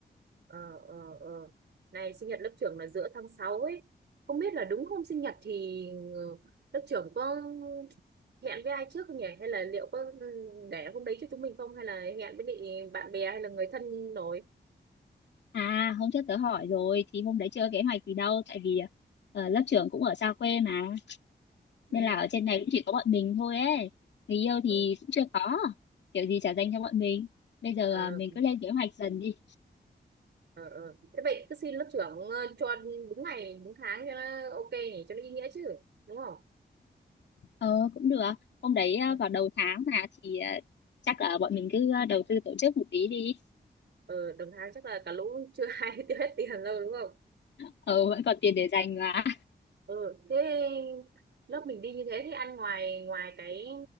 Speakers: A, on the right (about 80°); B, on the left (about 85°).
A: Ờ ờ ờ. Này sinh nhật lớp trưởng là giữa tháng 6 ấy. Không biết là đúng hôm sinh nhật thì ừ, lớp trưởng có hẹn với ai trước không nhỉ? Hay là liệu có ừ, để hôm đấy cho chúng mình không? Hay là hẹn với bị bạn bè hay là người thân rồi?
B: À hôm trước tớ hỏi rồi thì hôm đấy chưa kế hoạch gì đâu tại vì ờ, lớp trưởng cũng ở xa quê mà
A: Ừ.
B: nên là ở trên này cũng chỉ có bọn mình thôi ấy người yêu thì
A: ừ.
B: cũng chưa có kiểu gì trả dành cho bọn mình bây giờ
A: Ờ,
B: ờ, mình cứ lên kế hoạch dần đi
A: ờ ờ. thế vậy cứ xin lớp trưởng ờ, cho đúng ngày đúng tháng cho nó ok nhỉ cho nó ý nghĩa chứ đúng không
B: ờ cũng được hôm đấy ờ,
A: Ừ.
B: vào đầu tháng mà thì ờ, chắc là bọn mình cứ ờ, đầu tư tổ chức một tí đi
A: ờ đồng tháng chắc là cả lũ chưa <laughs> ai tiêu hết tiền đâu đúng không
B: ờ vẫn còn tiền để dành mà
A: ờ thế lớp mình đi như thế thì ăn ngoài ngoài cái